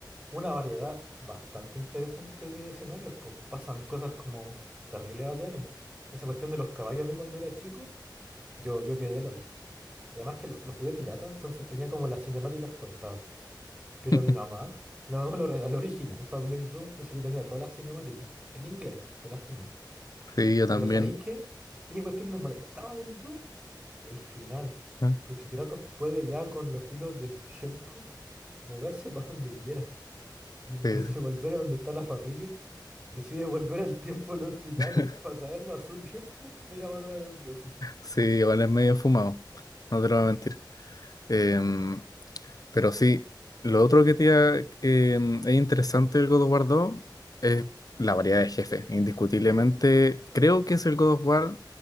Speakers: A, on the right (about 20°); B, on the left (about 50°).
A: una variedad bastante interesante de escenarios, pues pasan cosas como terribles bacanes. Esa cuestión de los caballos a mí cuando era chico, yo, yo quedé LOL. Y Además que lo, lo jugué pirata, entonces tenía como las cinemáticas cortadas. Pero
B: <laughs>
A: mi mamá, mi mamá me lo regaló original para Play 2, entonces yo tenía todas las cinemáticas, en inglés, pues las tenía.
B: sí, yo también.
A: Pero ¿sabéis qué? Sí que cuestión me molestaba del 2 el final.
B: ¿Eh?
A: Porque Kratos puede ya con los hilos del <laughs> tiempo moverse para donde quiera. Y en
B: Sí,
A: vez
B: sí.
A: de volver a donde está la familia, decide volver al tiempo de los titanes
B: <laughs>
A: para traerlo a su tiempo e ir a matar a los dioses.
B: Sí, igual es medio fumado, no te lo voy a mentir. Eh, Pero sí, lo otro que te iba- em, es interesante del God of War 2 es la variedad de jefes. Indiscutiblemente, creo que es el God of War